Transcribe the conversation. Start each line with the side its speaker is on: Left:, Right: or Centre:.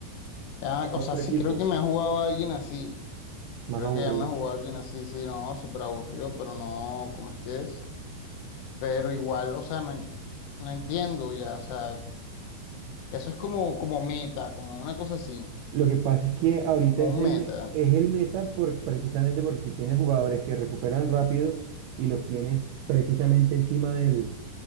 Left: Ah,
Right: El
Left: o sea,
Right: otro
Left: sí
Right: equipo,
Left: creo que me ha jugado a alguien así.
Right: más
Left: Creo
Right: aburrido.
Left: que ya me ha jugado a alguien así, sí, no, súper aburrido, pero no, ¿cómo es que es? Pero igual, o sea, no, en- no entiendo ya, o sea, eso es como, como meta, como una cosa así,
Right: Lo que pasa es que ahorita
Left: como
Right: es
Left: un
Right: el,
Left: meta.
Right: me- es el meta por, precisamente porque si tienes jugadores que recuperan rápido y los tienes precisamente encima del,